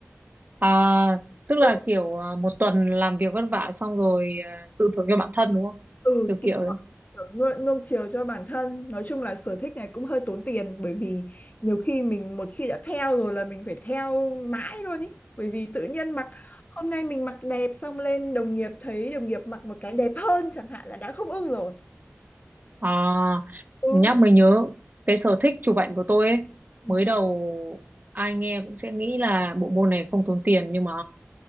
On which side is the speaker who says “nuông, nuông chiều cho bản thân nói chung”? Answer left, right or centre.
Left